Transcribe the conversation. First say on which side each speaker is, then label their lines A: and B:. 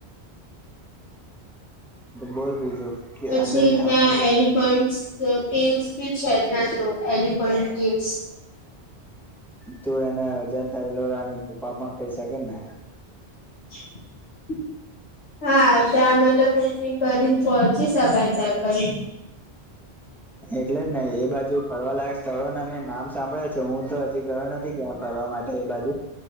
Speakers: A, in the centre; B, on the left.
A: બોલ બીજું. કે
B: પછી
A: અંદર તું
B: ત્યાં એલી. ફન્ટ કિવ્સ ભી છે ત્યાં તો એલિફન્ટ કિવ્સ.
A: તું એને અજંતા ઈલોરાની ગુફા પણ કઈ શકે ને.
B: <unintelligible> હા તમલ બુકિંગ કરીને થોડછ સગાય છે એ પણ
A: એટલે જ ને એ બાજુ ફરવાલાયક સ્થળો ના મેં નામ સાંભળ્યા છે, હું તો હજી ગયો નથી ક્યાં ફરવા માટે એ બાજુ